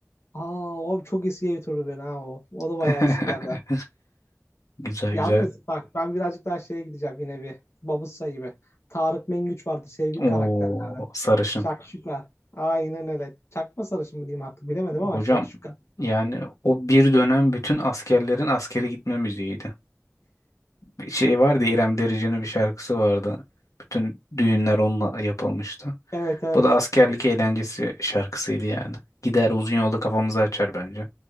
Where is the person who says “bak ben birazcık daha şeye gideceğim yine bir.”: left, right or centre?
Left